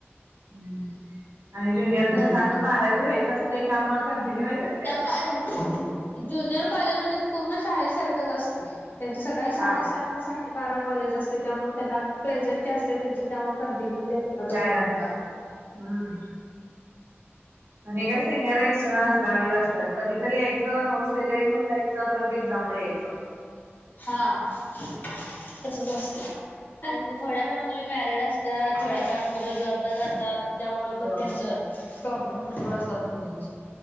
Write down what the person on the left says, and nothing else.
हम्म.
<unintelligible> ज्युनियर कॉलेज म्हणजे पूर्ण शाळेसारखंच असते त्यांचं सकाळीं साडेसात
ते साडे बारा कॉलेज असतें त्यामुळें त्यांनां प्रेझेंट असते त्यां त्यामुळें कंटिन्यू येतातच
मुली.
हां तसंच असतं. आणि थोड्याफार मुली मॅरिड असतांत थोड्याफार कुठं जॉबला जातात. त्यामुळें
पणं त्यांच प्रॉब्लेम भरंपूर असतांत मुलींचे.